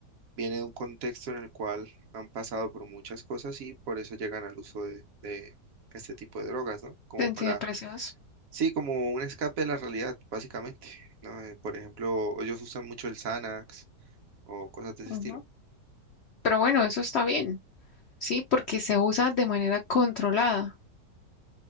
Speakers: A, on the right (about 65°); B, on the left (about 80°).
A: viene de un contexto en el cual han pasado por muchas cosas y por eso llegan al uso de, de este tipo de drogas, ¿no? Como
B: de Antidepresivos.
A: para, sí, como un escape de la realidad, básicamente, ¿no? Eh, Por ejemplo, ellos usan mucho el Xanax o cosas de
B: Ujú.
A: ese estilo.
B: Pero bueno, eso está bien, ¿sí? Porque se usa de manera controlada.